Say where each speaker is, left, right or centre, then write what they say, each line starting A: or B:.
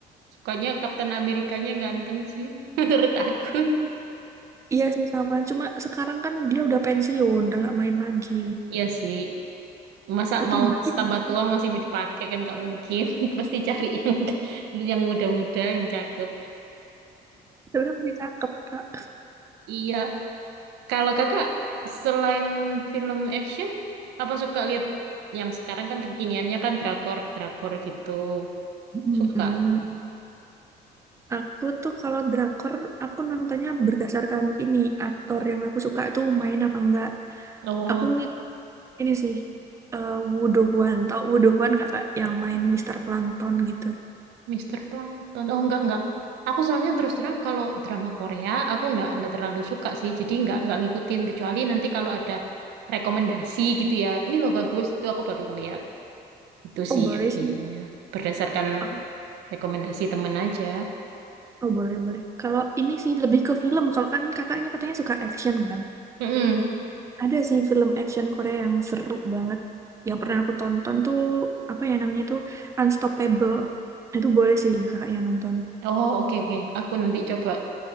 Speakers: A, on the right (about 85°); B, on the right (about 15°).
A: sukanya Kapten Amerikanya ganteng sih, <laughs> menurut aku.
B: Iya sih sama, cuma sekarang kan dia udah pensiun, udah nggak main lagi.
A: Iya sih. Masa
B: Tapi
A: mau
B: berarti
A: tambah
B: masih-
A: tua masih mau dipakai kan nggak mungkin. <laughs> Pasti cari yang yang muda-muda, yang cakep.
B: sebenarnya masih cakep, Kak.
A: Iya, kalau kakak selain film action, apa suka lihat yang sekarang kan kekiniannya kan drakor, drakor gitu.
B: Mm-mm.
A: Suka nggak?
B: Aku tuh kalau drakor, aku nontonnya berdasarkan ini, aktor yang aku suka itu main apa enggak.
A: Oh,
B: Aku ngikut ini sih, eh Woo Do Hwan. Tau Woo Do Hwan nggak, Kak? Yang main Mister Plankton gitu.
A: Mister Plankton. Oh, enggak, enggak. Aku soalnya terus terang kalau drama Korea, aku enggak, enggak terlalu suka sih. Jadi enggak, enggak ngikutin. Kecuali nanti kalau ada rekomendasi gitu ya. Ini loh bagus, itu aku baru ngeliat. Itu
B: Oh
A: sih
B: boleh
A: aku
B: sih.
A: biasanya. Berdasarkan
B: Oh,
A: rekomendasi temen aja.
B: oh boleh, boleh. Kalau ini sih lebih ke film, kalau kan kakaknya katanya suka action kan?
A: Mm-mm.
B: Ada sih film action Korea yang seru banget. Yang pernah aku tonton tuh apa ya namanya tuh Unstoppable. Itu boleh sih kakaknya nonton.
A: Oh, oke, oke. Aku nanti coba